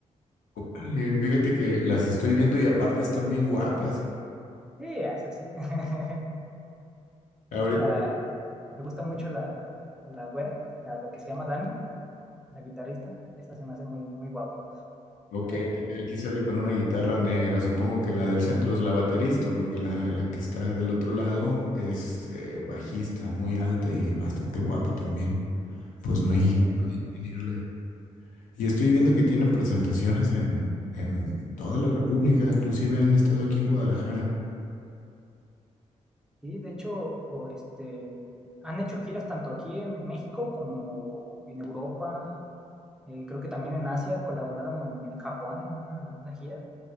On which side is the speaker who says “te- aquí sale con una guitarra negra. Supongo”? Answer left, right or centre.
Left